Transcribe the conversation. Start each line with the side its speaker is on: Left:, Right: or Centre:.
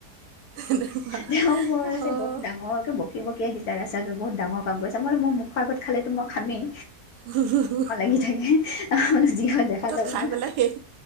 Right: এনেকুৱা
Left: যাওঁ মই যে
Right: অঁ
Left: বহুত ডাঙৰকে ব বকি বকি আহিছে ৰাস্তাটো বহু ডাঙৰ কাম কৰিছা মই বুলো মোৰ মুখৰ আগত খালেতো মই খামেই
Right: উ হু হু
Left: নি থাকে‌‌ মানে যি হলেও দেখা যাব
Right: খাই
Left: ন
Right: পেলাই শেষ